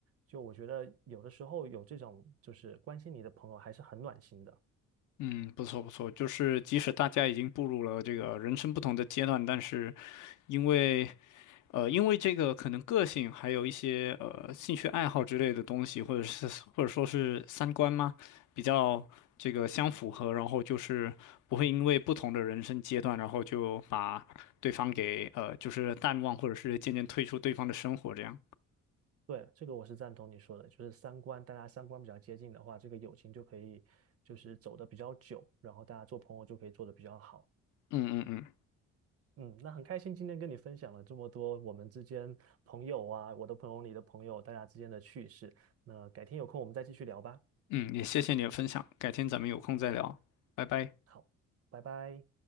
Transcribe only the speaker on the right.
就我觉得有的时候有这种就是关心你的朋友还是很暖心的。
对，这个我是赞同你说的，就是三观，大家三观比较接近的话，这个友情就可以就是走得比较久，然后大家做朋友就可以做得比较好。
嗯，那很开心今天跟你分享了这么多我们之间朋友啊，我的朋友，你的朋友，大家之间的趣事。那改天有空我们再继续聊吧。
好，拜拜。